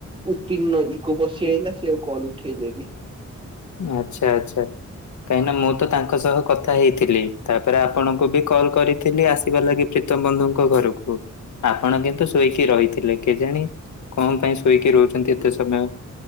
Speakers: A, on the right; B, on the left.
A: ଉତ୍ତୀର୍ଣ୍ଣ ଇଗୋପଶି ଆଇଲା ସେ ଆଉ କଲ ଉଠେଇଲେନି।
B: ଆଚ୍ଛା, ଆଚ୍ଛା। କାହିଁକିନା ମୁଁ ତ ତାଙ୍କ ସହ କଥା ହେଇଥିଲି, ତାପରେ ଆପଣଙ୍କୁ ବି କଲ୍ କରିଥିଲି ଆ ଥିବା ଲାଗି ପ୍ରୀତମ ବନ୍ଧୁଙ୍କ ଘରକୁ ଆପଣ କିନ୍ତୁ ଶୋଇକି ରହିଥିଲେ, କେଜାଣି କଣ ପାଇଁ ଶୋଇକି ରହୁଛନ୍ତି ଏତେ ସମୟ?